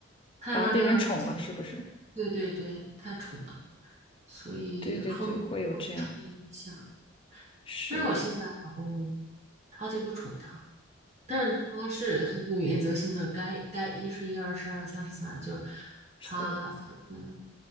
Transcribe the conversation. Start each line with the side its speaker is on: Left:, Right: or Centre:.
Right: 太那个。
Left: 反而变成宠了，是不是？
Right: 对对对，太宠了，所以后面会注意一下。
Left: 对对对，会有这样。是
Right: 但是我现在老公他就不宠他，但是他是很有原则性的，该该一是一，二是二，三是三，就是
Left: 是，
Right: 他他嗯，